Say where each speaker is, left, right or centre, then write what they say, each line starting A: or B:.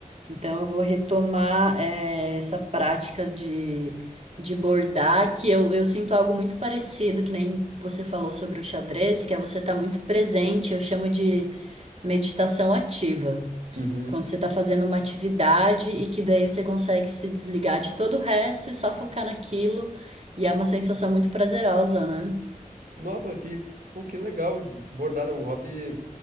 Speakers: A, on the right (about 45°); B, on the right (about 80°).
A: Então, eu vou retomar eh, essa prática de, de bordar, que eu, eu sinto algo muito parecido, que nem você falou sobre o xadrez, que é você estar muito presente, eu chamo de meditação ativa.
B: Uhum.
A: Quando você está fazendo uma atividade e que daí você consegue se desligar de todo o resto e só focar naquilo, e é uma sensação muito prazerosa, né?
B: Nossa, que, pô, que legal. Bordado é um hobby.